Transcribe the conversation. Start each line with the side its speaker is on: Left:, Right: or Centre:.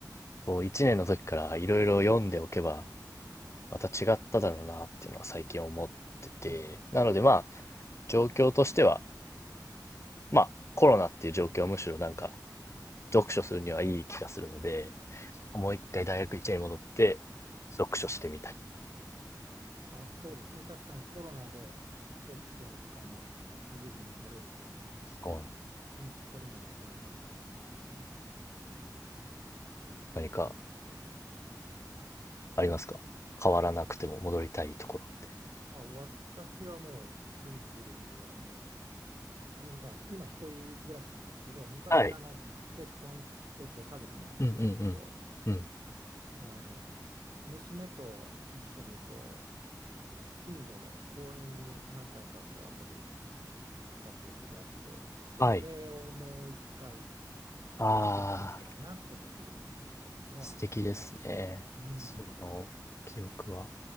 Left: こう一年の時からいろいろ読んでおけば、また違っただろうなっていうのは最近思ってて、
Right: あ。ああ。
Left: なのでまあ、
Right: ああ
Left: 状況としては、まあ、コロナっていう状況はむしろなんか、読書するにはいい気がするので、もう一回大学1年に戻って、読書してみたり、
Right: あ、そうですね。確かにコロナで読書の時間は十分に取れると思うので、
Left: うん、
Right: うん、それもまたいいかもしれないですね。うん、
Left: 何か
Right: わかります、わかります。
Left: ありますか変わらなくても戻りたいところって。
Right: あ、私はもうシンプルに、あの、今、今一人暮らしなんですけど、昔、
Left: はい。
Right: あの、結婚してて家族もありまして、
Left: うんうんうん。うん。
Right: あの、娘と一緒にこう、近所の公園に何回かこう遊びに行った記憶があって、それをもう一回、
Left: はい。ああ、
Right: やってみたいなというのはありますね、
Left: 素敵ですね。
Right: 娘が。うん。
Left: その記憶は。